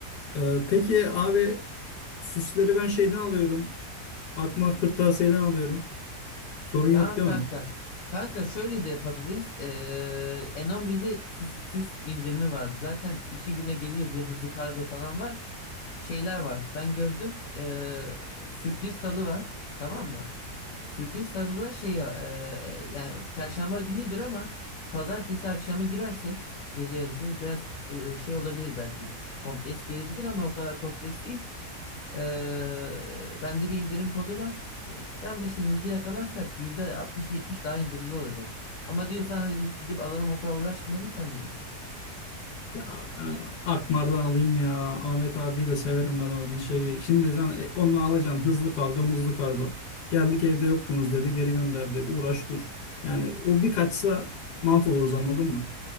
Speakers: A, on the left (about 85°); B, on the left (about 60°).
A: Ee, peki abi süsleri ben şeyden alıyorum. Akmar Kırtasiye'den alıyorum. Sorun
B: Tamam
A: yok değil
B: kanka.
A: mi?
B: Kanka şöyle de yapabiliriz. Ee, N11'de süs, süs indirimi vardı. Zaten iki güne geliyor bir de hızlı kargo falan var. şeyler var. Ben gördüm. eee, sürpriz salı var. Tamam mı? Sürpriz salı da şey ya, eee, e, yani çarşamba günüdür ama pazartesi akşamı girersek gece yarısı biraz e, şey olabilir belki. Kompleks gelebilir ama o kadar kompleks değil. Eee bende bir indirim kodu var. E, tam işte hızlı yakalarsak yüzde altmış 70 daha indirimli olacak. Ama diyorsan hadi biz gidip alalım o kadar uğraşmayalım sen bilirsin.
A: Ya ben Akmar'dan alayım ya. Ahmet abiyi de severim ben oranın şeyi. Şimdi sen e, onunla alacaksın hızlı kargo muzlu kargo. Geldik evde yoktunuz dedi geri gönderdi. Uğraş dur. Yani o bir kaçsa mahvoluruz anladın mı?